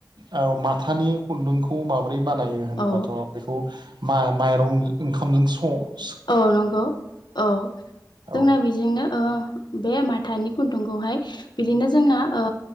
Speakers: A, on the right (about 80°); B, on the left (about 85°).
A: औ माथानि खुन्दुं खौ माब्रै बानायो होनोबाथ'
B: औ
A: बेखौ मा माइरं ओंखामजों स
B: औ नंगौ औ, जोंना
A: औ
B: बेजोंनो ओ बे माथानि खुन्दुंखौहाय बिदिनो जोंना ओ